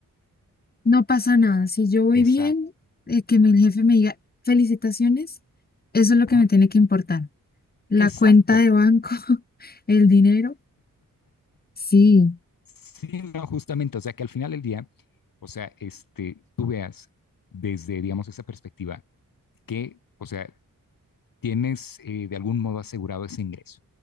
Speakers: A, on the left (about 30°); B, on the left (about 85°).
A: no pasa nada. Si yo voy
B: exacto,
A: bien, eh, que mi jefe me diga felicitaciones, eso es lo
B: ajá,
A: que me tiene que importar. La
B: exacto.
A: cuenta de banco, <laughs> el dinero, sí,
B: Sí, no, justamente, o sea que al final del día, o sea, este, tú veas desde, digamos, esa perspectiva que, o sea, tienes eh, de algún modo asegurado ese ingreso,